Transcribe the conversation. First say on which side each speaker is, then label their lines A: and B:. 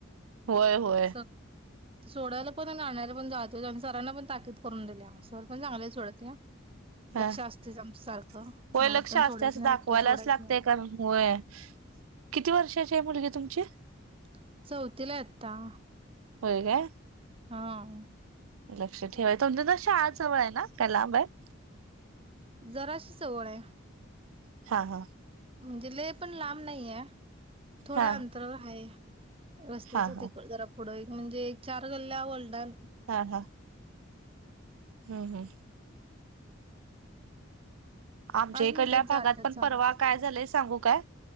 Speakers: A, on the right (about 25°); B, on the right (about 85°).
A: <inaudible>
B: होय होय
A: स- <inaudible> <inaudible> सोडायला पण आणि आणायला पण जाते आणि सरांना पण ताकीद करून दिलीया, सर पण चांगले सोडत नाही हां
B: हा
A: <inaudible> लक्ष असतेच आमचं सारखं,
B: <inaudible> होय
A: बाहेर
B: लक्ष
A: तेन
B: असते
A: सोडायचं
B: असं
A: नाही
B: दाखवायलाच
A: एकटं सोडायचं
B: लागतय
A: नाही.
B: कारण, होय <inaudible> किती वर्षाची मुलगी आहे तु तुमचे, <inaudible>
A: <inaudible> चवथीला आहे आत्ता, <inaudible>
B: होय काय, <inaudible>
A: हा, <inaudible>
B: लक्ष ठेवाय तुमची त शाळाच जवळ आहे ना काय लांब आय- <inaudible>
A: जराशी जवळ आहे. <inaudible>
B: <inaudible> हा -हा
A: म्हणजे लेय पण लांब नाहीये, <inaudible> थोड्या
B: हा
A: अंतरावर हाये, रस्त्याच्या
B: हा हा
A: तिकड जरा पुढं एक म्हणजे. एक चार गल्ल्या मलढून
B: हा. हा. हम्म हम्म. आमच्या
A: पाच
B: इकडल्या
A: मिनिटात
B: भागात
A: जातात
B: पण,
A: चालत
B: परवा काय झालाय सांगू काय